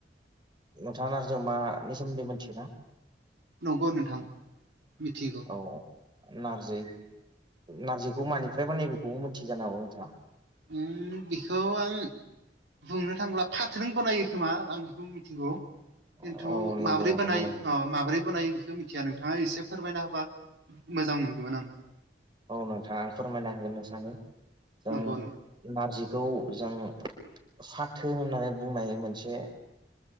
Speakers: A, on the right; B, on the right.
A: नोंथाङा नारजि अमानि सोमोन्दै मिथियोना
B: नंगौ नोंथां मिथिगौ
A: औ नारजि नारजिखौ मानिफ्राय बानायो बेखौबो मोनथियो जानो हागौ नोंथाङा
B: उम बेखौ आं बुंनो थांब्ला फाथों जों बानायो खोमा आं बेखौ मिथिगौ
A: औ
B: खिन्थु
A: नंगौ
B: माब्रै
A: नंगौ
B: बानायो
A: नोंथां
B: माबोरै बानायो बेखौ मिथिया नोंथाङा एसे फोरमायना होबा मोजां मोनगौमोन आं
A: औ नोंथाङा फोरमायना हनो सानो जों
B: नंगौ नंगौ
A: नारजिखौ जों फाथो होननानै बुंनाय मोनसे